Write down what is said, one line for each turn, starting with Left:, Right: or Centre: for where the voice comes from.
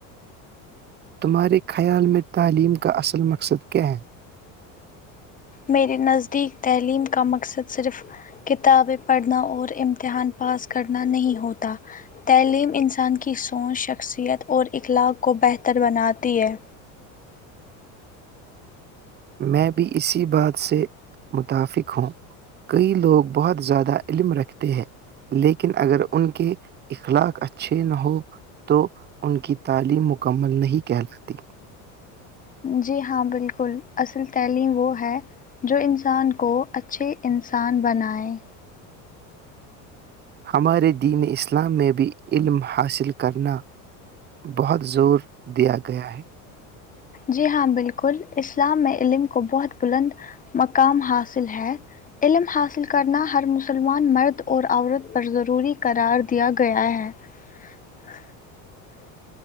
Right: تمہارے خیال میں تعلیم کا اصل مقصد کیا ہے
Left: میرے نزدیک تعلیم کا مقصد صرف کتابیں پڑھنا اور امتحان پاس کرنا نہیں ہوتا تعلیم انسان کی سوچ شخصیت اور اخلاق کو بہتر بناتی ہے
Right: میں بھی اسی بات سے متفق ہوں کئی لوگ بہت زیادہ علم رکھتے ہیں لیکن اگر ان کے اخلاق اچ اچھے نہ ہو تو ان کی تعلیم مکمل نہیں کہلاتی
Left: جی ہاں بالکل اصل تیلیم وہ ہے جو انسان کو اچھے انسان بنائے
Right: ہمارے دین اسلام میں بھی علم حاصل کرنا بہت زور دیا گیا ہے
Left: جی ہاں بالکل اسلام میں علم کو بہت بلند مقام حاصل ہے علم حاصل کرنا ہر مسلمان مرد اور عورت پر ضروری قرار دیا گیا ہے <inaudible>